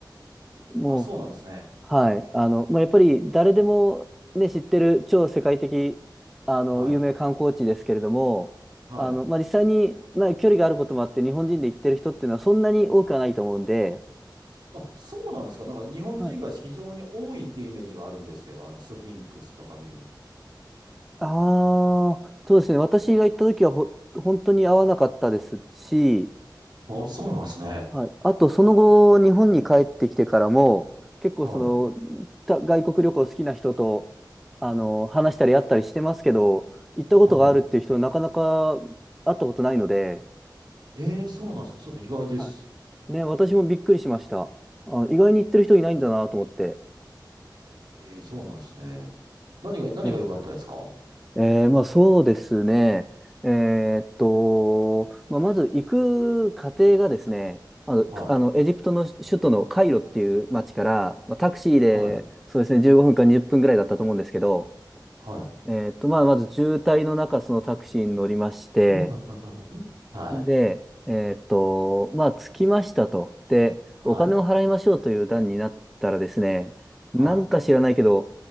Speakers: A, in the centre; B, on the right (about 70°).
A: もう、
B: あ、そうなんですね。
A: はい。あの、まあ、やっぱり誰でもね、知ってる超世界的、あの、
B: はい。
A: 有名観光地ですけれども、
B: はい。
A: あの、まあ、実際に、まあ、距離があることもあって、日本人で行ってる人っていうのはそんなに多くはないと思うんで、
B: あ、そうなんですか。なんか日本人が非常に多いっていうイメージがあるんですけど、
A: はい。
B: あの、スフィンクスとか見に。
A: ああ、そうですね。私が行った時はほ、本当に合わなかったですし、
B: あ、そうなんですね。
A: はい。あと、その後、日本に帰ってきてからも、結構その、
B: はい。
A: た外国旅行好きな人と、あの、話したり会ったりしてますけど、行ったことがあるっていう人、
B: はい。
A: なかなか会ったことないので、
B: えー、そうなんです。ちょっと意外です。
A: はいね、私もびっくりしました。あ、意外に行ってる人いないんだなと思って。
B: えー、そうなんですね。何が、何が良かったですかは
A: ねえー、まあそうですね。えーっと、まあ、まず行く過程がですね、あの、かあのエジプトの首都のカイロっていう町から、
B: い。
A: まあ、タクシーでそうですね、
B: はい。
A: 15分か20分ぐらいだったと思うんですけど、
B: はい。
A: えーっと、まあまず渋滞の中、そのタクシーに乗りまして、
B: <laughs> はい。
A: で、えーっと、まあ着きましたと。で、
B: はい。
A: お金を払いましょうという段になったらですね、なんか知らないけど、
B: は